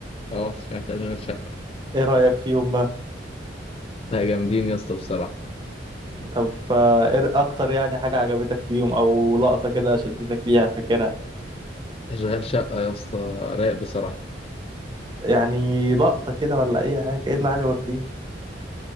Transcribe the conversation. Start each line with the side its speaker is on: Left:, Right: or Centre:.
Left: اه سمعت اشغال شقه
Right: ايه رايك فيهم بقى
Left: لا جامدين يا اسطى بصراحه
Right: طب آه، ايه اكتر يعني حاجه عجبتك فيهم او لقطه كده شدتك ليها فاكرها
Left: اشغال شقه يا اسطى رايق بصراحه
Right: يعني لقطه كده ولا اي حاجه ايه اللي عجبك فيه